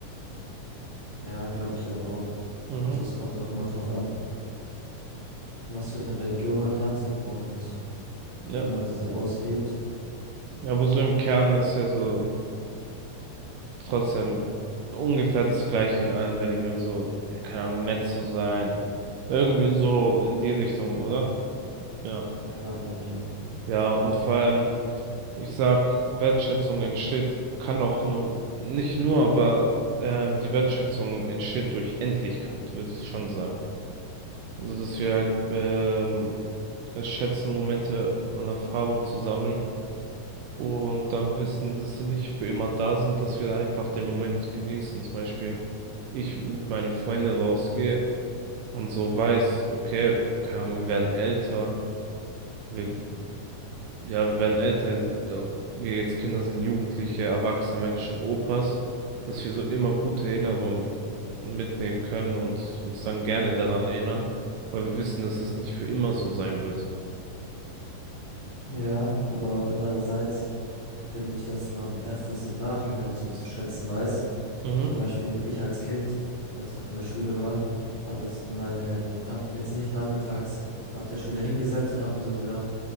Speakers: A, on the left; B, on the right.
A: ja, glaube ich aber auch.
B: Mhm.
A: Also es kommt auch immer drauf an, was für eine Religion man hat und
B: Ja.
A: wie man diese auslebt.
B: Ja, aber so im Kern ist ja so. trotzdem ungefähr das Gleiche in allen Religionen, so, ja, keine Ahnung, nett zu sein. Irgendwie so in die Richtung, oder? Ja.
A: Ja, glaube ich auch.
B: Ja, und vor allem, ich sag, Wertschätzung entsteht, kann auch nur, nicht nur, aber ähm, die Wertschätzung entsteht durch Endlichkeit, würde ich schon sagen. Also, dass wir halt ähm, es schätzen, Momente und Erfahrung zu sammeln und dann wissen, dass sie nicht für immer da sind, dass wir einfach den Moment genießen. Zum Beispiel, ich mit meinen Freunden rausgehe und so weiß, okay, keine Ahnung, wir werden älter, wir, ja, wir werden älter, also, ja, wir jetzt Kinder sind, Jugendliche, erwachsene Menschen, Opas, dass wir so immer gute Erinnerungen mitnehmen können und uns dann gerne daran erinnern, weil wir wissen, dass es nicht für immer so sein wird.
A: Ja, aber andererseits finde ich, dass man erstes im Nachhinein so zu schätzen weiß.
B: Mhm,
A: Zum Beispiel ich als Kind, als ich noch in der Schule war, habe jetzt meine, habe ich jetzt nicht nachmittags nach der Schule hingesetzt und habe mir so gedacht,